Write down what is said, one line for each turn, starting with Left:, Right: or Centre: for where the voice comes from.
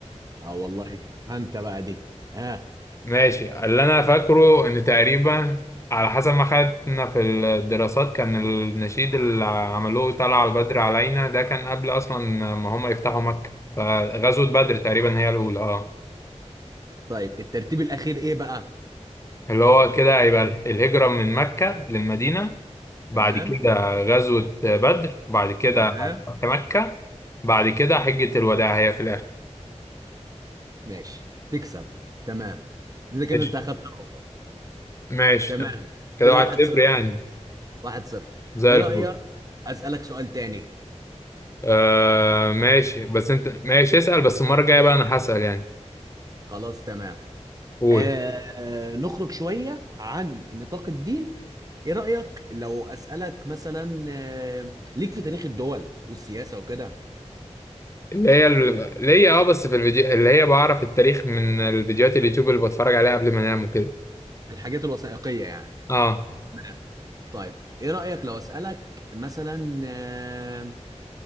Right: اه والله شوفها انت بقى دي ها
Left: ماشي اللي انا فاكره ان تقريبا على حسب ما خدنا في الدراسات كان النشيد اللي عملوه طلع البدر علينا ده كان قبل اصلا ما هم يفتحوا مكة فغزوة بدر تقريبا هي الاولى اه
Right: طيب الترتيب الاخير ايه بقى
Left: اللي هو كده هيبقى الهجرة من مكة للمدينة بعد
Right: تمام
Left: كده غزوة بدر بعد كده
Right: تمام
Left: فتح مكة بعد كده حجة الوداع هي في الاخر
Right: ماشي تكسب تمام اذا كده
Left: ماشي
Right: انت اخدت نقطة
Left: ماشي
Right: تمام
Left: تمام. كده
Right: كده
Left: واحد
Right: واحد
Left: صفر
Right: صفر
Left: يعني
Right: واحد صفر
Left: زي
Right: ايه
Left: الفل
Right: رأيك اسألك سؤال تاني
Left: آه ماشي بس انت ماشي اسأل بس المرة الجاية بقى انا هسأل يعني
Right: خلاص تمام
Left: قول
Right: آه نخرج شوية عن نطاق الدين ايه رأيك لو اسألك مثلا آه ليك في تاريخ الدول والسياسة وكده
Left: اللي هي اللي اللي هي اه بس في الفيديو اللي هي بعرف التاريخ من الفيديوهات اليوتيوب اللي بتفرج عليها قبل ما انام وكده
Right: الحاجات الوثائقية يعني
Left: اه
Right: تمام طيب ايه رأيك لو اسألك مثلا آه،